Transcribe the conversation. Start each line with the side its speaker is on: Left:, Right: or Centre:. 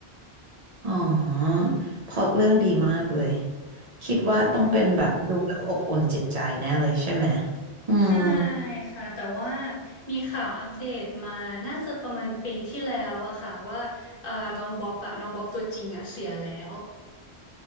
Right: อ๋อพล็อตเรื่องดีมากเลยคิดว่าต้องเป็นแบบดูแล้วอบอุ่นจิตใจแน่เลยใช่ไหม
Left: ใช่
Right: อืม
Left: ใช่ค่ะแต่ว่ามีข่าวอัปเดตมาน่าจะประมาณปีที่แล้วอะค่ะว่าเอ่อน้องบ๊อบอะน้องบ๊อบตัวจริงอะเสียแล้ว